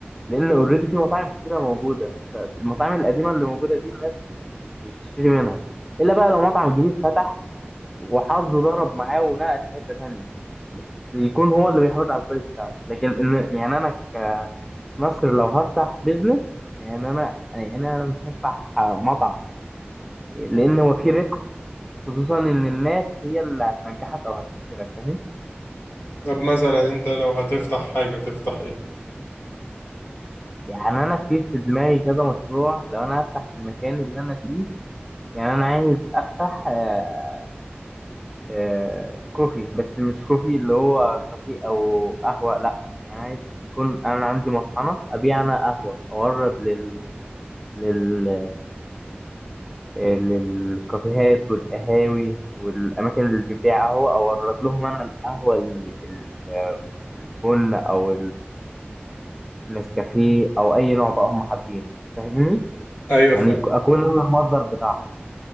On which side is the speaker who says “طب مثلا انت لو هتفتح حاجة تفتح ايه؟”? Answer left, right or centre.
Left